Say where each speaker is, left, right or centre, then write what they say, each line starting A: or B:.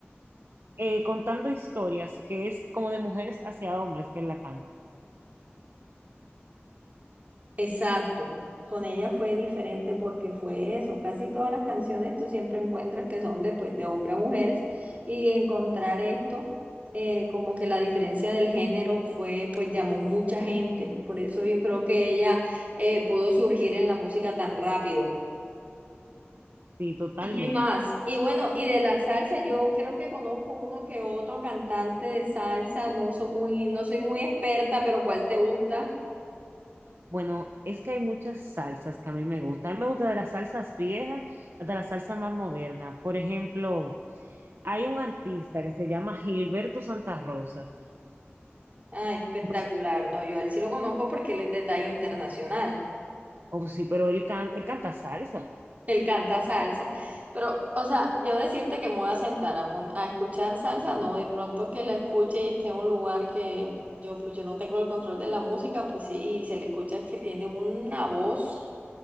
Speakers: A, on the right (about 60°); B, on the right (about 35°).
A: eh, contando historias, que es como de mujeres hacia hombres que él la canta.
B: Exacto. Con ella fue diferente porque fue eso. Casi todas las canciones tú siempre encuentras que son de, pues, de hombre a mujeres y encontrar esto, eh, como que la diferencia del género fue, pues llamó mucha gente. Por eso yo creo que ella eh, pudo surgir en la música tan rápido.
A: Sí, totalmente.
B: ¿Y qué más? Y bueno, y de la salsa, yo creo que conozco uno que otro cantante de salsa. No soy muy, no soy muy experta, pero ¿cuál te gusta?
A: Bueno, es que hay muchas salsas que a mí me gustan. A mí me gusta de las salsas viejas hasta las salsas más modernas. Por ejemplo, hay un artista que se llama Gilberto Santa Rosa.
B: Ah, espectacular.
A: No sé-
B: No, yo a él sí lo conozco porque él es de talla internacional.
A: oh, sí, pero él, can- él canta salsa.
B: Él canta salsa. Pero, o sea, yo decirte que me voy a sentar a, pon- a escuchar salsa, no, de pronto que la escuche y esté en un lugar que yo, pues yo no tengo el control de la música, pues sí, y se le escucha que tiene una voz.